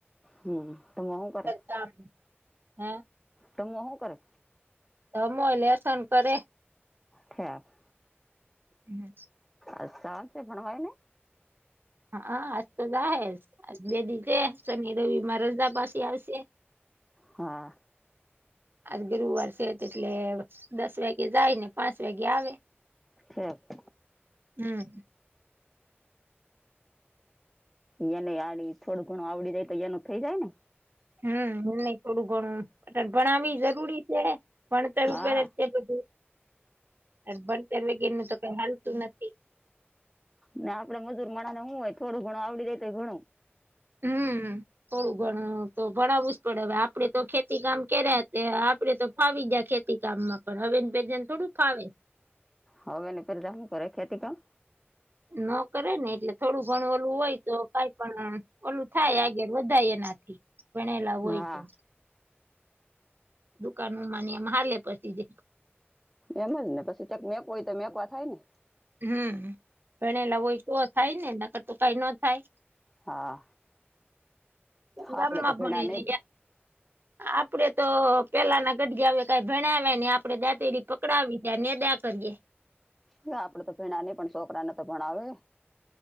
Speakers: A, in the centre; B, on the right.
A: હમ ઘમુ હું કરે
B: કામ હે
A: તો હું કરે.
B: ઘમુ એ લેસન કરે.
A: છેઠ
B: એ
A: અ સા છે ભણવાઈ ને
B: હા આજ તો નાહે જ આ બે દિ થયા શનિ રવિ મા રજા પાસે આવશે.
A: હા.
B: આજ ગરુવાર છે તો એટલે દસ વાગે જાય ને પાંચ વાગે આવે.
A: હું.
B: હમ.
A: યેને આડી થોડું ઘણું આવડી જાય તો એનું થઈ જાય ને.
B: હમ નહી થોડું ઘણું બટ ભણાવી જરૂરી છે ભણતર
A: હા
B: પે. બધું આજ ભણતર વગે નું તો કઈ હાલતું નથી.
A: ને આપડે મજૂર મણા ને હું હોય થોડું ઘણું આવડી જાય તે ઘણું.
B: હમ હમ. થોડું ઘણુ તો ભણાવવું જ પડે હવે આપડે તો ખેતી કામ કર્યા હતા આપડે તો ફાવી જાય ખે તી કામ માં પણ હવે પેજાને થોડું ફાવે.
A: હવે ની પેરજા હું કરે ખેતી કામ.
B: ન કરે ને એટલે થોડું ઘણ ઓલું હોય તો કઈ પણ ઓલું થાય આગળ વધાય એનાથી ભણેલા હોય
A: હા
B: તો. દુકાન માની એમ હાલે પછી.
A: એમ જ ને પછી કયાક મેપ હોય તો મેકવા થાય ને.
B: હમ ભણેલા હોય તો થાય ને નકતા કાઈ ન થાય.
A: હા
B: ગામમાં
A: આપડે તો ભેણા
B: ભણે
A: નહી.
B: ને આપડે તો પેલાના ઘડગીયે આવે કઈ ભણાવ્યા નહિ આપડે દાંતેડી પકડાવી ગયા નેદા કરીએે.
A: હ આપડે તો ભેણાને પણ છોકરા ના તો ભણાવે.